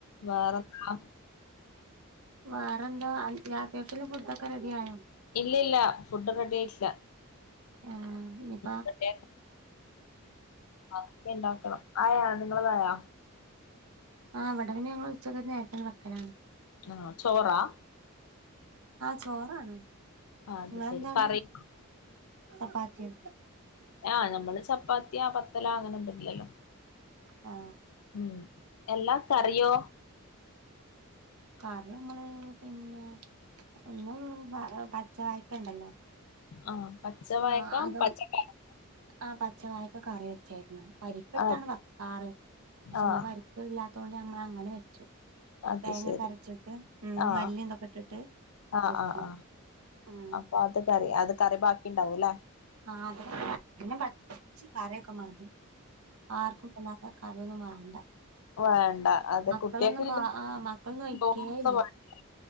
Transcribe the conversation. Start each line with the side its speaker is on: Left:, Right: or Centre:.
Left: വേറെന്താ
Right: വേറെന്താ രാത്രിക്കുള്ള ഫുഡ് ഒക്കെ റെഡി ആയോ
Left: ഇല്ല ഇല്ല ഫുഡ് റെഡി ആയി ച്ച
Right: ആണാ
Left: ഫുഡേ അതെക്കെണ്ടാക്കണം ആയാ നിങ്ങളതായാ
Right: ആ ഇവിടപിന്നെ ഞങ്ങൾ ഉച്ചകരിഞ്ഞ് നേരത്തിന് വെക്കലാണ്
Left: ആഹ് ചോറാ
Right: ആഹ് ചോറാണ്
Left: അത്
Right: നിങ്ങളെന്താണ്
Left: ശെരി പറയ്
Right: ചപ്പാത്തിയോ
Left: ആഹ് നമ്മള് ചപ്പാ പത്തിയാ പത്തലാ അങ്ങനെന്തങ്കില്ലല്ലോ
Right: ആ
Left: ഉം എല്ലാംക്കറിയോ
Right: കറി നമ്മള് പിന്നെ ഒന്ന് പ പച്ച അയ്ക്കണ്ടല്ലോ
Left: ആഹ് പച്ചവായക്കാം
Right: ആഹ് അതോ
Left: പച്ചക്കറി
Right: ആ പച്ചവായ ക്ക കറി വെച്ചായിരുന്നു. പരിപ്പിട്ടാണ്
Left: ആഹ്
Right: വക്കാറ് പക്ഷെ
Left: ആഹ്
Right: ഇന്ന് പരിപ്പ് ഇല്ലാ ത്തൊണ്ട് നമ്മള് അങ്ങനെ വെച്ചു
Left: അത്
Right: തേങ്ങ
Left: ശരി
Right: ഒക്കെ അരച്ചിട്ട് ഉം
Left: ആഹ്
Right: മല്ലിം ഇതൊക്കെ ഇട്ടിട്ട്
Left: ആഹ്
Right: വെക്കും
Left: ആഹ് ആഹ്
Right: ഉം
Left: അപ്പൊ അത് കറി അത് കറി ബാക്കി ഇണ്ടാവുല്ലേ
Right: ആഹ് <inaudible> കറിയൊക്കെ മതി. ആർക്കും ഇപ്പങ്ങനത്തെ കറിയൊന്നും വേണ്ട
Left: വേണ്ട അത്
Right: മക്കളൊന്നും
Left: കുട്ടികൾക്ക് പിന്നെ
Right: പ ആ മക്കളൊന്നും ഒഴിക്കേ
Left: ചോറൊന്നും
Right: ഇല്ല
Left: വേണ്ട